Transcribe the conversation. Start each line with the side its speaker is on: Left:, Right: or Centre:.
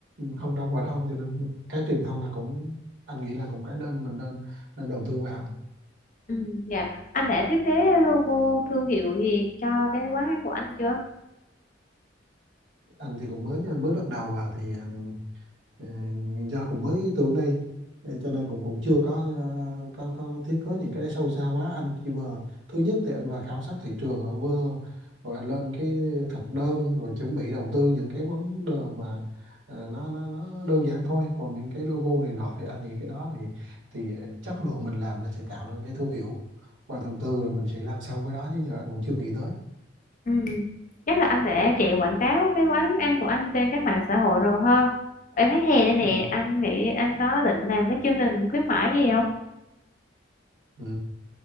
Right: không đâu vào đâu cho nên cái truyền thông là cũng anh nghĩ là cũng cái nên mình nên nên đầu tư vào.
Left: ừ dạ anh đã thiết kế logo thương hiệu gì cho cái quán ăn của anh chưa
Right: Anh thì cũng mới mới bắt đầu à thì ừ, Ờ, do cũng mới ý tưởng đây ờ, cho nên cũng cũng chưa có ờ, có, có thiết kế những cái đấy sâu xa quá anh chỉ vừa thứ nhất thì anh vào khảo sát thị trường ở vơ rồi anh lên cái thực đơn rồi chuẩn bị đầu tư những cái vấn đề mà ờ, nó nó nó đơn giản thôi còn những cái logo này nọ thì anh nghĩ cái đó thì thì ờ, chất lượng mình làm nó sẽ tạo nên cái thương hiệu và từ từ rồi mình sẽ làm sâu cái đó chứ giờ anh cũng chưa nghĩ tới
Left: ừ chắc là anh đã chạy quảng cáo cái quán ăn của anh trên các mạng xã hội rồi ha em thấy hè đây nè
Right: ừ.
Left: anh nghĩ anh có định làm cái chương trình khuyến mãi gì không
Right: Ừ.